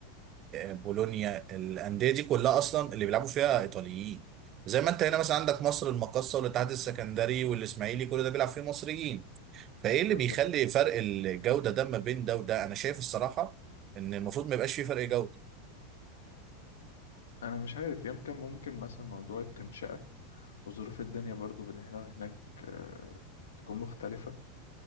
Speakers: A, on the right (about 40°); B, on the left (about 85°).
A: بولونيا الانديه دي كلها اصلا اللي بيلعبوا فيها ايطاليين زي ما انت هنا مثلا عندك مصر المقاصه والاتحاد السكندري والاسماعيلي كل ده بيلعب فيه مصريين فايه
B: بالظبط
A: اللي بيخلي فرق الجوده ده ما بين ده وده انا شايف الصراحه ان المفروض ما يبقاش فيه فرق جوده
B: أنا مش عارف يمكن ممكن مثلا موضوع التنشئة وظروف الدنيا برضو بين هنا وهناك آه، تكون مختلفة